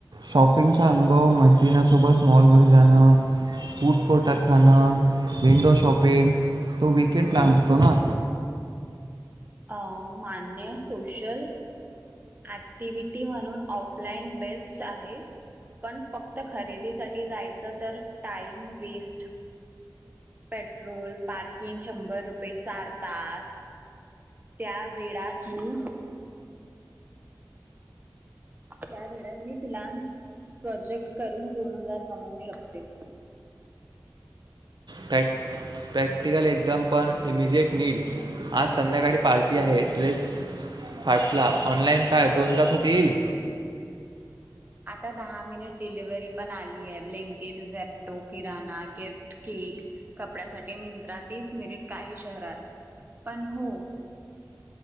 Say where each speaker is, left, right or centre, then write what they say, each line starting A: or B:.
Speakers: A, on the right (about 75°); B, on the right (about 25°).
A: शॉपिंगचा अनुभव मैत्रिणीसोबत मॉल मध्ये जाणं फूट कोटा खाणं विंडो शॉपिंग तो वकेंड प्लान असतो ना.
B: अं मान्य सोशल ऍक्टिव्हटी म्हणून ऑफलाइन बेस्ट आहे पण फक्त खरेदीसाठी जायचं तर टाइम वेस्ट, पेट्रोल, पार्किंग शंभर रुपये चार तास त्या वेळात मी त्यावेेळात मी फिलान्स प्रोजेक्ट करून दोन हजार कमावू शकते.
A: प्रॅक्टिकल एकदम पण इमिजिएट नीड आज संध्याकाळी पार्टी आहे ड्रेस फाटला ऑनलाइन काय दोन तासात येईल?
B: आता दहा मिनिट डिलिव्हरी पण आली आहे ब्लिंकीट, झेप्टो, किराणा, गिफ्ट, केक, कपड्यासाठी मिंत्रा तीस मिनिट काही शहरात पण हो..